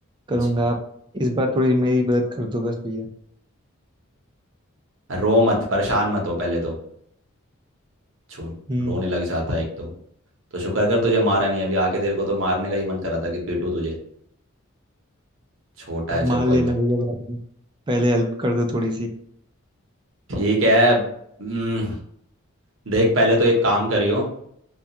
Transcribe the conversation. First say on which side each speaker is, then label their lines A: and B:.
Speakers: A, on the right; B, on the right.
A: करूँगा
B: जी
A: आप इस बार थोड़ी मेरी मदद कर दो बस भैया
B: रो मत परेशान मत हो पहले तो छो
A: हम्म
B: रोने लग जाता है एक तो तो शुक्र कर तुझे मारा नहीं अभी आके तेरे को तो मारने का ही मन करा था कि पीटू तुझे छोटा है चल
A: मान
B: कोई
A: लेना
B: बात
A: भैया बाद में पहले हेल्प कर दो थोड़ी सी
B: ठीक है हम्म, देख पहले तो एक काम करियो